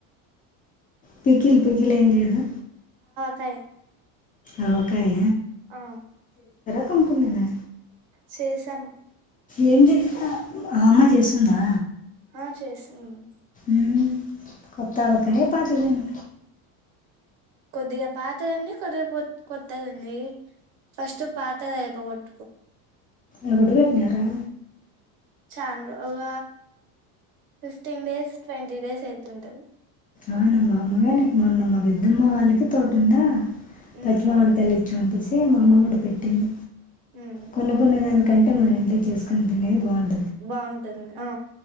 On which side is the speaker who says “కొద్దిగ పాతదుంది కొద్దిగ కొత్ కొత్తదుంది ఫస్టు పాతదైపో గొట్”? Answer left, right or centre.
Right